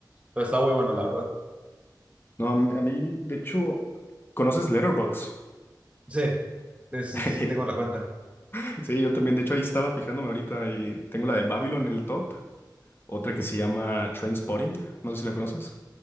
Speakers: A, on the right (about 15°); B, on the left (about 30°).
A: Pero está muy bueno, la verdad.
B: No, a mí, a mí, de hecho, ¿conoces Letterboxd?
A: Sí, sí, sí,
B: <laughs>
A: sí tengo la cuenta.
B: Sí, yo también, de hecho, ahí estaba fijándome ahorita y tengo la de Babylon en el top, otra que se llama Trainspotting, no sé si la conoces.